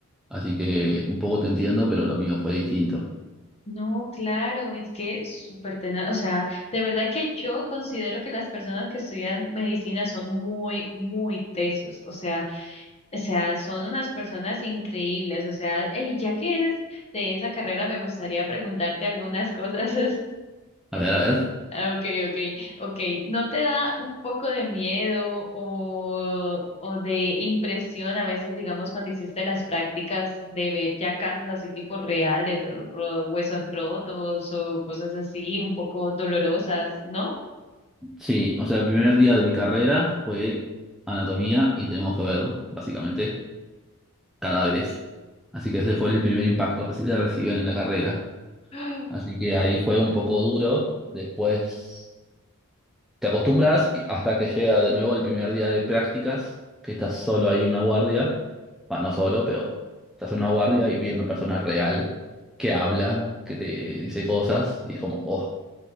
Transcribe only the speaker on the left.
No, claro, es que es súper tenaz, o sea, de verdad que yo considero que las personas que estudian medicina son muy, muy tesos, o sea, o sea, son unas personas increíbles, o sea, y ya que eres de esa carrera, me gustaría preguntarte algunas cosas, <laughs>
Ah, Ok, ok, ok. ¿No te da un poco de miedo o, o de impresión a veces, digamos, cuando hiciste las prácticas de ver ya casos así tipo reales, ro- ro- huesos rotos o cosas así un poco dolorosas, ¿no? <gasps>
¡Ah!